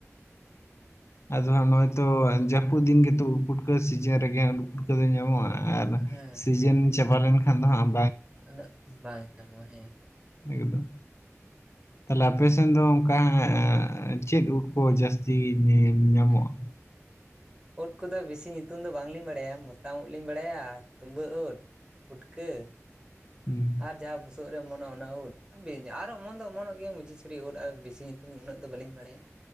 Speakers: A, on the left; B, on the right.
A: ᱟᱫᱚ ᱦᱟᱸᱜ
B: ᱦᱩᱸ
A: ᱱᱚᱜᱼᱚᱭ ᱛᱚ ᱡᱟᱹᱯᱩᱫ ᱫᱤᱱ ᱜᱮᱛᱚ ᱩᱫ ᱯᱩᱴᱠᱟᱹ ᱥᱤᱡᱮᱱ ᱨᱮᱜᱮ ᱩᱫ ᱯᱩᱴᱠᱟᱹ ᱫᱚ ᱧᱟᱢᱚᱜᱼᱟ ᱾ ᱟᱨ
B: ᱦᱮᱸ
A: ᱥᱤᱡᱮᱱ ᱪᱟᱵᱟ ᱞᱮᱱᱠᱷᱟᱱ ᱫᱚ ᱦᱟᱸᱜᱼᱼ
B: ᱩᱱᱟᱹᱜ ᱵᱟᱭ ᱧᱟᱢᱚᱜᱼᱟ ᱦᱮᱸ ᱾
A: ᱮᱠᱫᱚᱢ, ᱛᱟᱦᱞᱮ ᱟᱯᱮ ᱥᱮᱱ ᱫᱚ ᱚᱱᱠᱟ ᱦᱟᱸ ᱪᱮᱫ ᱩᱫ ᱠᱚ ᱡᱟᱹᱥᱛᱤ ᱛᱤ <unintelligible> ᱧᱟᱢᱚᱜᱼᱟ
B: ᱦᱮᱸ
A: ᱾
B: ᱩᱫ ᱠᱚᱫᱚ ᱵᱮᱥᱤ ᱧᱩᱛᱩᱢ ᱫᱚ ᱵᱟᱝᱞᱤᱧ ᱵᱟᱲᱟᱭᱟ, ᱢᱚᱛᱟᱢ ᱩᱫ ᱞᱤᱧ ᱵᱟᱲᱟᱭᱟ ᱛᱩᱢᱵᱟᱹ ᱩᱫᱼᱼ ᱯᱩᱴᱠᱟᱹ ᱾
A: ᱦᱩᱸ ᱾
B: ᱟᱨ ᱡᱟᱦᱟᱸ ᱵᱩᱥᱟᱹᱜ ᱨᱮ ᱚᱢᱚᱱᱚᱜᱼᱚ ᱚᱱᱟ ᱩᱫ, ᱵᱮᱡ ᱟᱨ ᱚᱢᱚᱱ ᱫᱚ ᱚᱢᱚᱱᱚᱜ ᱜᱮᱭᱟ ᱢᱩᱪᱤ ᱪᱷᱩᱨᱤ ᱩᱫ ᱟᱨ ᱵᱮᱥᱤᱼᱼ ᱛᱩᱢ ᱩᱱᱟᱹᱜ ᱫᱚ ᱵᱟᱹᱞᱤᱧ ᱵᱟᱲᱟᱭᱟ ᱾